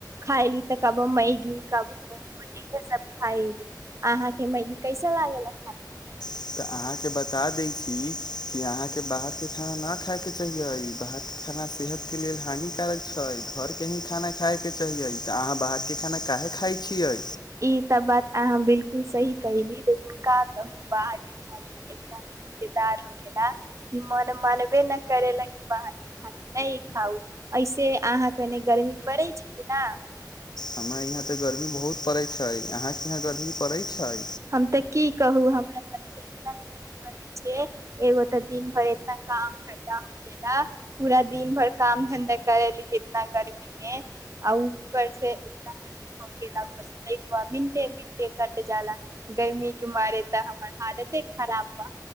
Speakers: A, on the right; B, on the left.
A: खायली तऽ कबो मैगी कबो मोज इहे सब खायली अहाँके मैगी कैसन लागेली
B: तऽ अहाँके बता दै छी कि अहाँके बाहरके खाना नहि खायके चाहहिै बाहरके खाना सेहतके लेल हानिकारक छै घरके ही खाना खायके चाहिए तऽ अहाँ बाहरके खाना काहे खाइ छियै
A: ई तऽ बात अहाँ बिल्कुल सही कली लेकिन का कहू बाहरके खाना इतना ने मजेदार हो गेला कि मन मानबे न करेला कि बाहरके खाना नहि खाउ ऐसे अहाँकेँ उने गर्मी पड़ै छै कि न
B: हमरा यहाँ ते गर्मी बहुत पड़े छै अहाँकेँ यहाँ गर्मी पड़ै छै
A: हम तऽ की कहू हमरा <inaudible> करे छै एगो ते दिन भर इतना काम धंधा हो केेला पूरा दिन भर काम धंधा करेली इतना गर्मी में आ ऊपर से इतना गर्मी हो केेला ऊपर से लाईटवा मिनटे मिनटे कट क जाला गर्मी के मारे तऽ हमर हालते खराब बा